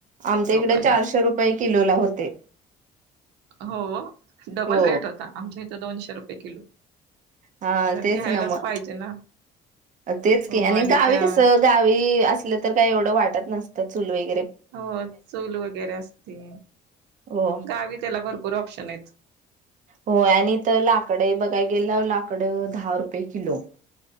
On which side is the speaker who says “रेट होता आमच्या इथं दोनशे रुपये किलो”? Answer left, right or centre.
Right